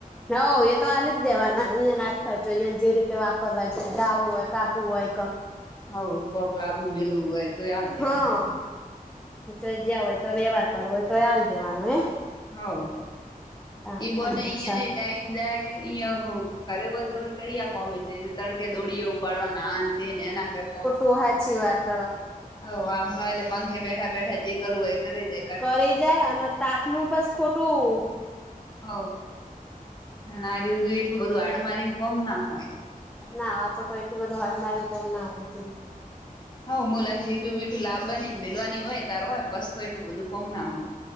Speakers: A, in the centre; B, on the left (about 30°).
A: હોવ એ તો આલી જ દેવાના ઇય ના હાત ખર્ચો ઇએન જરીક વાપરવાય છે ડાઉું હોય કાબુ હોય ક
B: હોવ કોક લાવું મેળવું હોય તો આલ દેવાના
A: હા
B: એમ
A: જો જયા હોય તો વ્યવહાર કરવો હોય તો હાલ દેવાનો હે.
B: હોવ
A: ના
B: ઈ બોને
A: ના સારું
B: એને ટાઈમ જાય કર હો તોડી કડીિયા કોમ તડકે દોળીએ. પડવાના આને તે એના કરતા,
A: બહુ હાચીવાત.
B: હોઉ આહે એટલે પંખે બેઠા બેઠા જે કરવું હોય એ કરી દે.
A: કરે જાય અને તાપનું બસ ખોટું,
B: હ આ દીધું એટલું બધું આડમારીને કોમ ના હોય <inaudible>
A: ના આ તો કોઈ એટલું બધું હાડ મારી પણ ના હોય.
B: હ મુલાીટું બીટું લાાવવાનીને મેલવાની હોય તારો હોય પસ્તો એટલું બધું કોમ ના હોય.